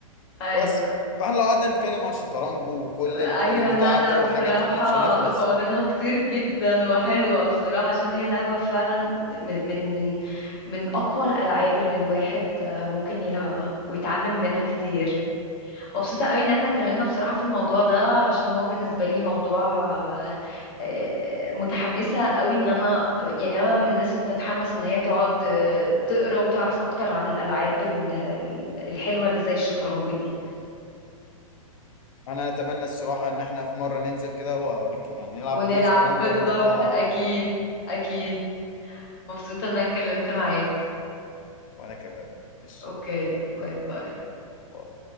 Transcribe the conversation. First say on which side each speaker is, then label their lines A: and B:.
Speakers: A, on the left; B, on the left.
A: ايوه
B: فبس فاحنا لو قعدنا نتكلم على الشطرنج وكل
A: ايوه
B: القوانين بتاعته
A: لا لا
B: وحاجاته
A: بصراحة
B: احنا مش هنخلص
A: قوانينها كتير جدا وحلوة بصراحة عشان هي لعبة فعلا من من من من اقوى الالعاب اللي الواحد آه، ممكن يلعبها ويتعلم منها كتير مبسوطة قوي ان احنا اتكلمنا بصراحة في الموضوع ده عشان هو بالنسبة لي موضوع آه، آه، متحمسة قوي ان انا يعني انا من الناس اللي بتتحمس ان هي تقعد آه، تقرا وتعرف اكتر عن الالعاب ال- ال- الحلوة اللي زي الشطرنج دي
B: انا اتمنى الصراحه ان احنا في مره ننزل كده واوريك يعني نلعب
A: ونلعب
B: جيم شطرنج
A: بالظبط
B: وانا اه
A: اكيد
B: اه
A: اكيد مبسوطة ان انا اتكلمت معاك
B: وانا كمان ماشي.
A: اوكي باي باي
B: باي